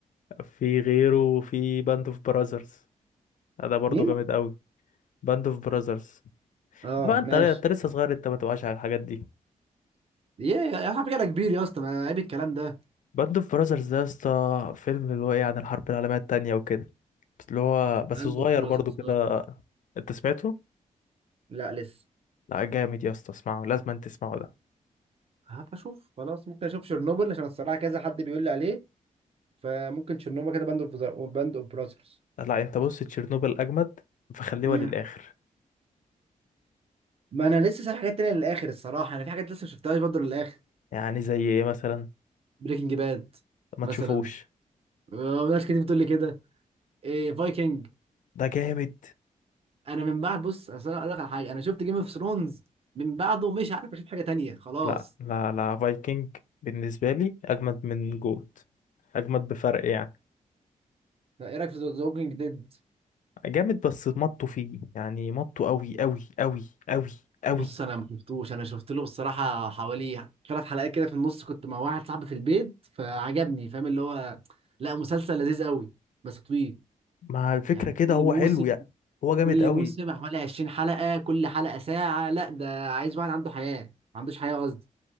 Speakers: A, on the left (about 70°); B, on the right (about 45°).
A: في غيره في باند اوف براذرز ده برضو
B: مين
A: جامد قوي باند اوف براذرز
B: اه
A: بقى انت
B: ماشي
A: انت لسه صغير انت ما تبقاش على الحاجات دي
B: يا على فكره أنا كبير يا اسطى ما عيب الكلام ده
A: باند اوف براذرز ده يا اسطى فيلم اللي هو ايه عن الحرب العالمية التانية وكده بس اللي هو بس
B: باند
A: صغير
B: اوف براذرز
A: برضو كده انت سمعته؟
B: لا لسه
A: لا جامد يا اسطى اسمعه لازم انت تسمعه ده
B: هبقى اشوف خلاص ممكن اشوف شرنوبل عشان الصراحه كذا حد بيقول لي عليه فممكن شرنوبل كده باند اوف باند اوف براذرز
A: لا انت بص تشيرنوبل اجمد فخليها
B: امم
A: للاخر
B: ما انا لسه سايب حاجات تانية للاخر الصراحه انا في حاجات لسه ما شفتهاش برضه للاخر
A: يعني زي ايه مثلا
B: بريكنج باد
A: ما
B: مثلا
A: تشوفوش
B: آه، ناس كتير بتقول لي كده إيه فايكنج
A: ده جامد
B: انا من بعد بص أصل انا اقول لك على حاجه انا شفت جيم اوف ثرونز من بعده مش عارف اشوف حاجه تانية خلاص
A: لا لا لا فايكنج بالنسبه لي اجمد من جوت اجمد بفرق يعني
B: لا، ايه رايك في ذا ووكينج ديد
A: جامد بس مطوا فيه يعني مطوا قوي قوي قوي قوي قوي
B: بص انا ما شفتوش انا شفت له بصراحه حوالي ثلاث حلقات كده في النص كنت مع واحد صاحبي في البيت فعجبني فاهم اللي هو لا مسلسل لذيذ قوي بس طويل
A: مع الفكره
B: يعني
A: كده
B: كل
A: هو
B: موسم
A: حلو يعني هو جامد
B: كل
A: قوي
B: موسم حوالي 20 حلقه كل حلقه ساعه لا ده عايز واحد عنده حياه ما عندوش حياه قصدي